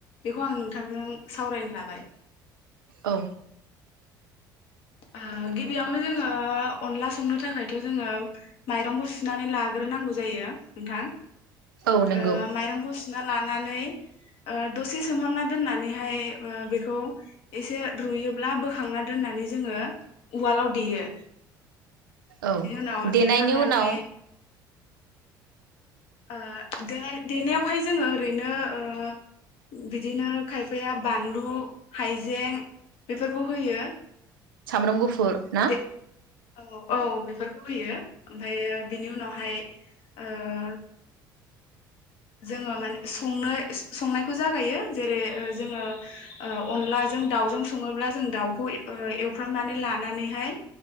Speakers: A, on the left; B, on the right.
A: बेखौ आं नोंथांजों सावरायनो लाबाय।
B: औ
A: ओ-गिबियावनो जोङो अनला संनो थाखायथ जोङो माइरंखौ सुनानै लाग्रोनांगौ जायो नोंथां। ओ-
B: औ नंगौ
A: माइरंखौ सुनानै लानानै ओ- दसे सोमहाबना दोननानैहाय ओ-बेखौ एसे रुयोब्ला बोखांना दोननानै जोङो उवालाव देयो
B: औ
A: बिनि उनाव
B: देनायनि
A: देखांनानै
B: उनाव।
A: ओ-देनाय देनायावहाय जोङो ओरैनो ओ-बिदिनो खायफाया बानलु हाइजें बेफोरखौ होयो।
B: सामब्रामगुफुर ना?
A: दे औ औ बेफोरखौ होयो ओमफायो बिनि उनावहाय ओ- जोङो माने संनो संनायखौ जागायो जेरै ओ-जोङो ओ-अनलाजों दाउजों सङोब्ला जों दाउखौ ओ- एवफ्रामनानै लानानैहाय